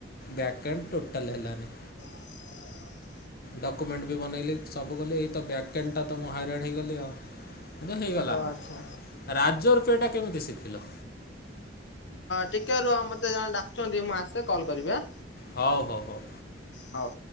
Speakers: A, on the left; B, on the left.
A: ବ୍ୟାକଣ୍ଡ ଟୋଟାଲ ହେଲାନି।
B: <inaudible>
A: ଡକ୍ୟୁମେଣ୍ଟ ବି ବନେଇଲି ସବୁ କଲି ଏଇ ତ ବ୍ୟାକଣ୍ଡ ଟା ତ ମୁଁ ହଇରାଣ ହେଇଗଲି ଆଉ। ହେଇଗଲା
B: ଓ ଆଚ୍ଛା।
A: ରାଜ ରୂପେଟା କେମିତି ଶିଖିଲ?
B: ଟିକେରୁହ ମତେ ଜଣେ ଡାକୁଚନ୍ତି ମୁଁ ଆସେ କଲ୍ କରିଵି ଆଁ।
A: ହୋଉ ହୋଉ ହୋଉ।
B: ହଉ।